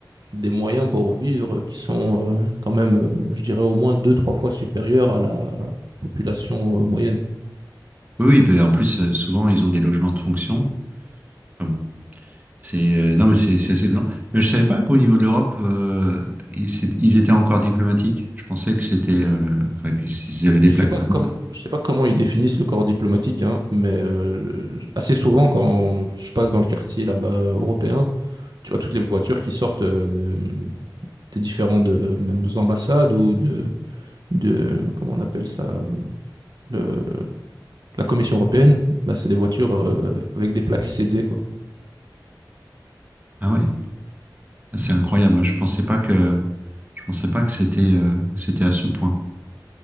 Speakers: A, on the right; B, on the right.
A: des moyens pour vivre qui sont euh, quand même, euh, je dirais, au moins deux, trois fois supérieurs à la population euh, moyenne.
B: oui, oui, ben, en plus, euh, souvent, ils ont des logements de fonction. Enfin bon. C'est euh, non mais c'est c'est assez dedans. Mais je savais pas qu'au niveau de l'Europe euh, ils, c'est- ils étaient encore diplomatiques. Je pensais que c'était euh, enfin qu'ils avaient des
A: Je
B: plaques.
A: sais pas
B: là-bas.
A: comme, je sais pas comment ils définissent le corps diplomatique, hein, mais euh, assez souvent quand je passe dans le quartier là-bas euh, européen, tu vois toutes les voitures qui sortent euh, de- des différentes euh, mêmes ambassades ou de, de comment on appelle ça, euh, le- la Commission européenne, bah, c'est des voitures euh, avec des plaques CD quoi.
B: Ah oui, Ah, c'est incroyable. Moi, je pensais pas que je pensais pas que c'était euh, que c'était à ce point.